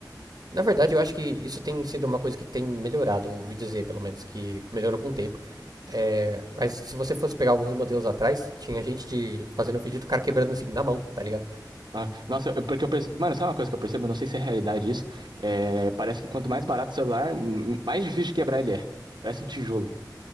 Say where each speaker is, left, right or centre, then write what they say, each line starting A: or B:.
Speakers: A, on the right (about 60°); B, on the right (about 75°).
A: Na verdade, eu acho que isso tem sido uma coisa que tem melhorado, ouvi dizer, pelo menos, que melhorou com o tempo. É, mas se você fosse pegar alguns modelos atrás, tinha gente de fazendo vídeo do cara quebrando assim na mão, tá ligado?
B: Ah, nossa, eu- porque eu percebo. Mano, sabe uma coisa que eu percebo? Eu não sei se é realidade isso. É, parece que quanto mais barato o celular, m- mais difícil de quebrar ele é. Parece um tijolo.